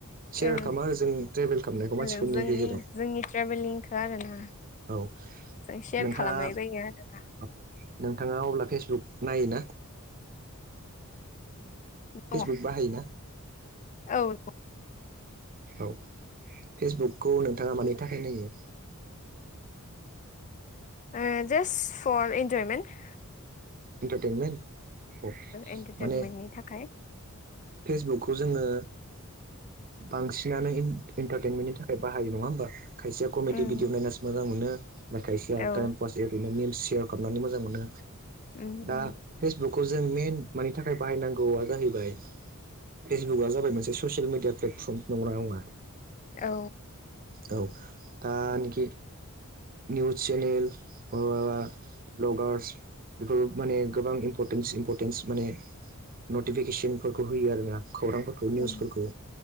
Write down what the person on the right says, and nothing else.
सेयार
खालामनाहो जोंनि ट्रेभेल खालामनायखौ मानसिफोरनि
गेजेराव।
औ
नोंथाङा
औ नोंथाङा अब्ला फेसबुक नायो ना?
फेसबुक बाहायोना?
औ फेसबुकखौ नोंथाङा मानि थाखाय नायो?
इन्टारटेनमेन‌ औ
माने
फेसबुकखौ जों जोङो बांसिनानो एन्टारटेनमेन्टनि थाखाय बाहायो नङा होमबा? खायसेया कमेदि
भिदिअ नायना मोजां मोनो ओमफ्राय खायसेया
टाइम पास ओरैनो मेमस भिदिय'खालामनानै मोजां मोनो
दा
फेसबुक खौ जों मेन मानि थाखाय बाहायनांगौआ जाहैबाय फेसबुकआ जाबाय मोनसे ससियेल मिडिया प्लेट फर्म नंगौ ना नङा?
औ दा निखि निउस चेनेल ओ ब्लगार्स बेफोर माने गोबां इम्परटेन्स-इम्परटेन्स माने नटिफिकेसनफोरखौ होयो आरो ना। खौरांफोरखौ निउसफोरखौ।